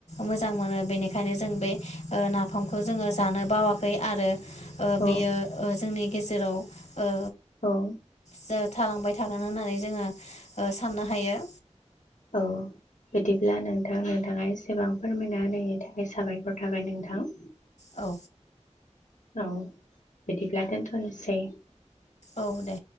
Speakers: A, on the left (about 70°); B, on the left (about 85°).
A: मोजां मोनो बेखायनो जों बे ओ नाफाम खौ जोङो जानो बावाखै आरो ओ
B: औ
A: बेयो ओ जोंनि गेजेराव ओ
B: औ
A: जों थालांबाय थागोन होननानै जोङो ओ साननो हायो।
B: औ बिदिब्ला नों थां नोंथाङा एसेबां फोरमायना होनायनि थाखाय साबायखर थाबाय नोंथां।
A: औ
B: औ बिदिब्ला दोनथ' निसै
A: औ दे।